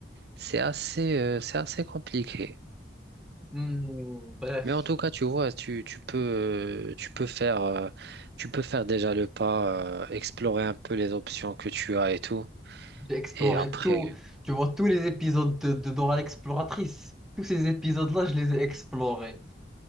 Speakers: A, on the right; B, in the centre.
A: c'est assez, euh, c'est assez compliqué.
B: Hmm, bref,
A: Mais en tout cas, tu vois, tu, tu peux, euh, tu peux faire, euh, tu peux faire déjà le pas, euh, explorer un peu les options que tu as et tout.
B: j'ai exploré
A: Et après,
B: tout, tu vois, tous les épisodes de, de Dora l'exploratrice. Tous ces épisodes-là, je les ai explorés.